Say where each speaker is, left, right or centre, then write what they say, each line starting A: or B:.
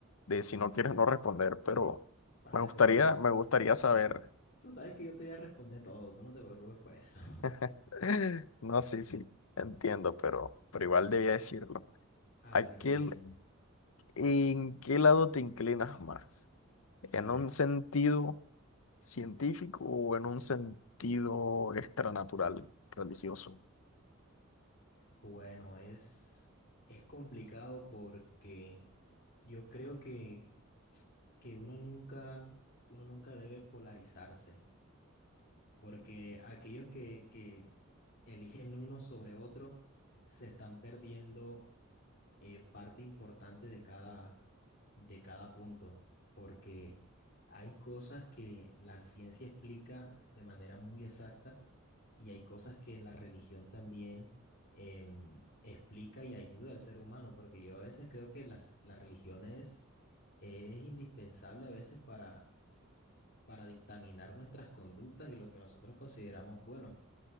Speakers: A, on the left; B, on the left.
A: de si no quieres no responder, pero
B: vale,
A: me gustaría,
B: perfecto.
A: me gustaría saber.
B: Tú sabes que yo te voy a responder todo, tú no te preocupes por eso. <laughs>
A: <laughs> No, sí, sí, entiendo, pero, pero igual debía decirlo.
B: A
A: ¿A
B: ver,
A: qué
B: dime.
A: l- en qué lado te inclinas más? ¿En
B: A ver.
A: un sentido científico o en un sentido extranatural, religioso?
B: Bueno, es, es complicado porque yo creo que, que uno nunca, uno nunca debe polarizarse, porque aquellos que, que eligen uno sobre otro se están perdiendo eh, parte importante de cada, de cada punto, porque hay cosas que la ciencia explica de manera muy exacta y hay cosas que la religión también em, explica y ayuda al ser humano, porque yo a veces creo que las, la religión es, es indispensable a veces para, para dictaminar nuestras conductas y lo que nosotros consideramos bueno.